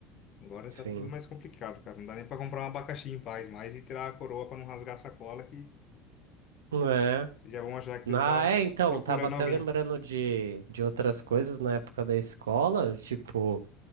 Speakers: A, on the left; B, on the right.
A: Agora
B: Sim.
A: tá tudo mais complicado, cara. Não dá nem pra comprar um abacaxi em paz mais e tirar a coroa pra não rasgar a sacola que
B: é?
A: vocês já vão achar que você
B: Ah,
A: tá
B: é, então,
A: procurando
B: tava até
A: alguém.
B: lembrando de, de outras coisas na época da escola, tipo,